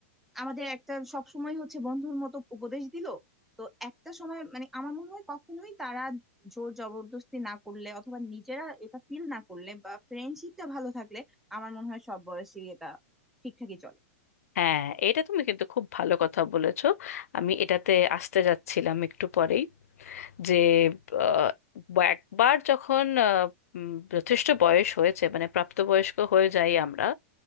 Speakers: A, in the centre; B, on the left (about 80°).
A: আমাদের একটা সবসময় হচ্ছে বন্ধুর মতো উপদেশ দিল তো একটা সময় মানে আমার মনে হয় কখনোই তারা জোর জবরদস্তি না করলে অথবা নিজেরা এটা ফিল না করলে বা ফ্রেন্ডশিপটা ভালো থাকলে আমার মনে হয় সব বয়সে এটা ঠিকঠাকই চলে
B: হ্যাঁ এটা তুমি কিন্তু খুব ভালো কথা বলেছো আমি এটাতে আসতে যাচ্ছিলাম একটু পরেই যে আহ, বা- একবার যখন আহ, উম, যথেষ্ট বয়স হয়েছে মানে প্রাপ্তবয়স্ক হয়ে যাই আমরা